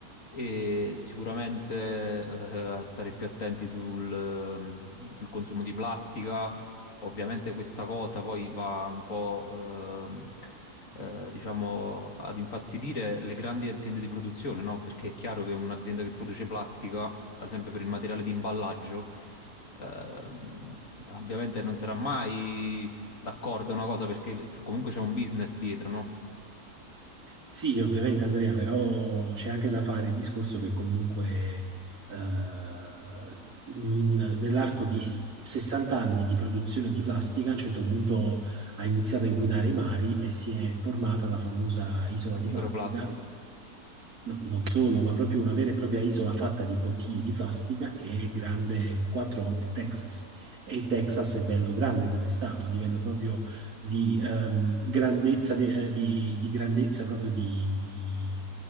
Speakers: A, on the left (about 55°); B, on the right (about 70°).
A: E sicuramente eh, stare più attenti sul, ehm, sul consumo di plastica Ovviamente questa cosa poi va un po', ehm, eh, diciamo, ad infastidire le grandi aziende di produzione, no? Perché è chiaro che un'azienda che produce plastica, ad esempio per il materiale di imballaggio, ehm, ovviamente non sarà mai d'accordo una cosa perché comunque c'è un business dietro, no?
B: Sì, ovviamente Andrea, però c'è anche da fare il discorso che comunque eh, in- nell'arco di 60 anni di produzione di plastica a un certo punto ha iniziato a inquinare i mari e si è formata la famosa isola di
A: Microplastica.
B: plastica No- non solo, ma proprio una vera e propria isola fatta di bottiglie di plastica che è grande quattro volte Texas. E il Texas è bello grande come stato, a livello proprio di ehm, grandezza, de- eh, di, di grandezza proprio di, di,